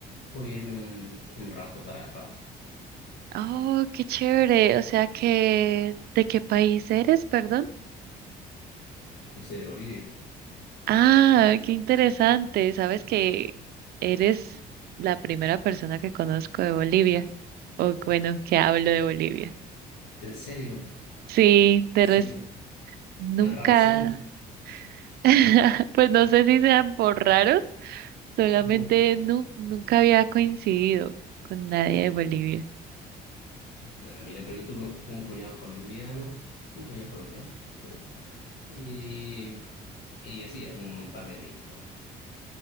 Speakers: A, on the left; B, on the right.
A: voy a irme un, un rato para La Paz.
B: Oh, qué chévere. O sea que, ¿de qué país eres, perdón?
A: Yo soy de Bolivia.
B: Ah, qué interesante. Sabes que eres la primera persona que conozco de Bolivia, o bueno, que hablo de Bolivia.
A: ¿En serio?
B: Sí,
A: ¿En
B: de
A: serio?
B: res- nunca,
A: ¿Tan raros somos?
B: <laughs> pues no sé si sean por raros. Solamente
A: No.
B: nu- nunca había coincidido con nadie de Bolivia.
A: Nada, mira, creo yo tuve un cuñado colombiano, un cuñado colombiano, ¿eh? Y, y así, un, un par de amigos por ahí.